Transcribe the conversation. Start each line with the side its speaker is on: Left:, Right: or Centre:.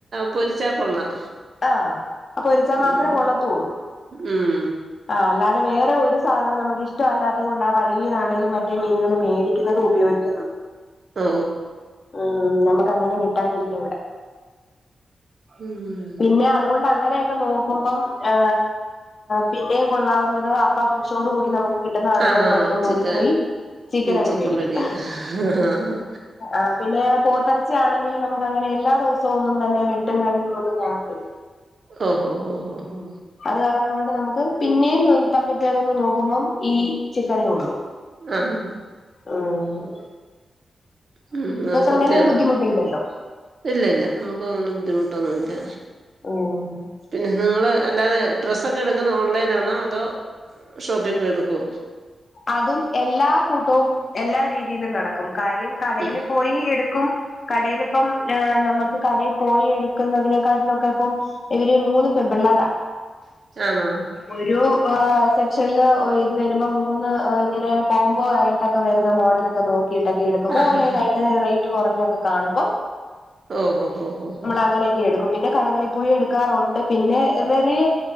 Right: പൊരിച്ചാ കൊള്ളാം
Left: ആഹ് അപ്പൊ പൊരിച്ചാ
Right: ഉം
Left: മാത്രേ കൊള്ളത്തള്ളൂ.
Right: ഉം
Left: ആഹ് അല്ലാതെ വേറെ ഒരു സാധനം നമുക്ക് ഇഷ്ട അല്ലാത്തത് കൊണ്ടാ പഴകിയയിലാണേലും മറ്റേ മീനുകൾ മേടി ക്യുന്നത് ഉപയോഗിക്കുന്നത്
Right: ഓ
Left: ഉം നമുക്ക് അങ്ങനെ കിട്ടാനില്ല ഇവിടെ
Right: ഉം
Left: പിന്നെ അതുകൊണ്ട് അങ്ങനെയൊക്കെ നോക്കുമ്പം ഹ പിന്നെയും കൊള്ളാവുന്നത് അപ്പ ഫ്ര ഷോട് കൂടി നമുക്ക് കിട്ടുന്ന ആണല്ലോ
Right: ആഹ്
Left: ന്നോർത്തോണ്ട്
Right: ചിക്കന്
Left: ഓടിപ്പോയി ചിക്കൻ
Right: ഉം
Left: അങ്ങ് മേടിക്ക്യും.
Right: മേടി ആഹ്
Left: ആ പിന്നെ പോത്തറ ആണെങ്കിലു നമുക്ക് അങ്ങനെ എല്ലാ ദിവസവും ഒന്നും തന്നെ മെട്ടും കാര്യങ്ങളൊന്നും കാണത്തില്ല.
Right: ഒ ഓ ഓ ഓ ഓ
Left: അത് കാര്ണം കൊണ്ട് നമുക്ക് പിന്നെയും തമ്മി പേരൊന്നും നോക് ക്കുമ്പം ഈ ചിക്കനേ ഒള്ളു.
Right: ആഹ്
Left: ഏഹ്
Right: ഉം അത് സത്യാണ്
Left: അങ്ങനെ ബുദ്ധിമുട്ടില്ലല്ലോ
Right: ഇല്ല ഇല്ല നമുക്ക് അങ്ങനെ ബുദ്ധിമുട്ടൊന്നു ഇല്ല
Left: ഉം
Right: നിങ്ങൾ അല്ലാതെ ഡ്രസ്സൊക്കെ എടുക്കുന്ന ഓൺലൈനാണോ അതോ ഷോപ്പിൽ പോയി എടുക്കോ.
Left: അതും എല്ലാ കൂട്ടവും എല്ലാ രീതിയിലും നടക്ക് കാര്യം കടേല്
Right: ഉം
Left: പോയി എടുക്കും. കടേല് ഇപ്പം നമക്ക് കടേ പോയി എടുക്കുന്നതിനെക്കാട്ടിലും ഒക്കെ ഇപ്പം ഇവര് മൂന്ന് പെൺ പിള്ളാരാ.
Right: ആണൊ
Left: ഒരു സെക്ഷനില് ഇത് വരുമ്പോ മൂന്ന് ഇങ്ങനെ കോമ്പൊ ആയിട്ടൊക്കെ വരുന്ന മോഡലൊക്കെ നോക്കീട്ടൊക്കെ എടുക്കും.
Right: ആഹ്
Left: ഓൺലൈനായിട്ട് റേയ്റ്റ് കൊറഞ്ഞൊക്കെ കാണുമ്പ
Right: ഓ ഓ ഓ ഓ ഓ
Left: അങ്ങനെയൊക്കെ എടുക്കും. പിന്നെ കടകളി പോയി എടുക്കാറുണ്ട്. പിന്നെ വെറിയ